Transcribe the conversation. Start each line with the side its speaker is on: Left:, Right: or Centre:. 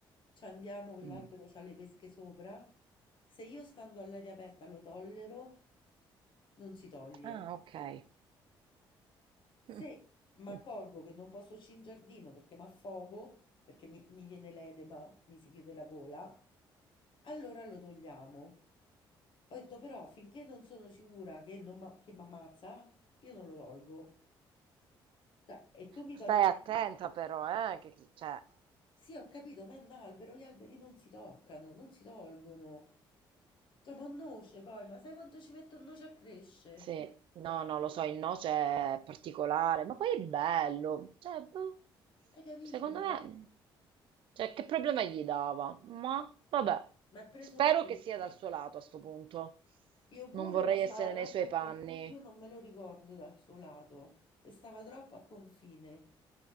Left: ci andiamo, quell'albero
Right: Mh.
Left: c'ha le pesche sopra. Se io stando all'aria aperta lo tollero, non si toglie.
Right: Ah, okay.
Left: Se
Right: <laughs> Mh.
Left: mi
Right: Mh.
Left: accorgo che non posso uscire in giardino perché mi affogo, perché mi, mi viene l'edema, mi si chiude la gola, allora lo togliamo. Ho detto però finché non sono sicura che non ma- che mi ammazza, io non lo tolgo. Cioè, E tu mi
Right: Stai
Left: togli... un-
Right: attenta però, eh, che c cioè
Left: Sì, ho capito, ma è un albero, gli alberi non si toccano, non si tolgono. Cioè, ma un noce poi, ma sai quanto ci mette un noce a crescere?
Right: Sì, no, no, lo so, il noce è particolare, ma poi è bello, cioè, boh,
Left: Hai capito?
Right: secondo me, cioè, che problema gli dava? Ma, vabbè,
Left: Mi ha preso
Right: spero
Left: un colpo.
Right: che sia dal suo lato a sto punto,
Left: Io
Right: non
Left: pure,
Right: vorrei
Left: ma stava
Right: essere
Left: troppo
Right: nei suoi
Left: a
Right: panni.
Left: confine. Io non me lo ricordo dal suo lato e stava troppo a confine.